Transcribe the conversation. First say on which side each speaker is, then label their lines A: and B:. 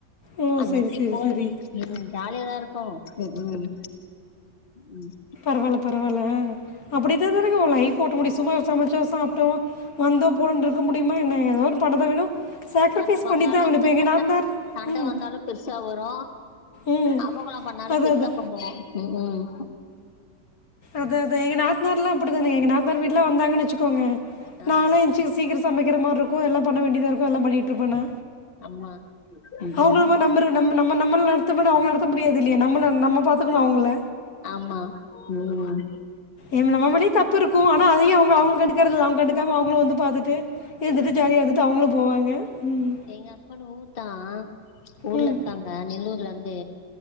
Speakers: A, on the left; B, on the left.
A: ஓ
B: அந்த
A: சரி
B: மாரி
A: சரி
B: போவோ
A: சரி
B: ம் ஜாலியாதா இருக்கும் ம் ம்
A: பரவால்ல பரவால்ல அப்டிதானுங்க லைஃப் ஓட்ட முடியு சும்மா சமச்சோ சாப்ட்டோ வந்தோ போனோனு இருக்க முடியுமா என்ன எதோ ஒன்னு பண்ணதா வேணு சாக்ரிஃபெஸ்
B: சண்ட
A: பண்ணிதாகனு
B: வந்தாலு
A: இப்ப எங்க நாத்தனார்
B: சண்ட
A: ம்
B: வந்தாலு பெருசா வரு
A: ம்
B: அமர்க்கள பண்ணாலு
A: அது
B: பெருசா
A: அது
B: பண்ணுவோ ம்
A: அதா அதா எங்க நாத்தனார்ல்லா அப்டிதானே எங்க நாத்தனார் வீட்லா வந்தாங்கன்னு வச்சுக்கோங்க
B: ஆ
A: நாலா எந்திச்சு சீக்கிரொ சமக்கிற மாரி இருக்கும் எல்லா பண்ண வேண்டியதா இருக்கு எல்லா பண்ணிட்டுருப்பே நா
B: ஆமா ம்
A: அவுங்கள மாரி நம்றது நம் நம்ம நம்மள நடத்த விட அவுங்கள நடத்த முடியாது இல்லயா நம்மள நம்ம பாத்துக்கணு அவுங்கள
B: ஆமா ம்
A: என் நம்ம மேலயு தப்பு இருக்கும் ஆனா அதயு அவுங்க அவுங்க கண்டுக்குறது இல்ல அவுங்க கண்டுக்காம அவுங்களு வந்து பாத்துட்டு எந்துட்டு ஜாலியா இருந்துட்டு அவங்களு போவாங்க ம்
B: எங்க ஹஸ்பண்ட் ஊர்தா ஊர்ல
A: ம்
B: இருக்காங்க நெல்லூர்ல இருந் து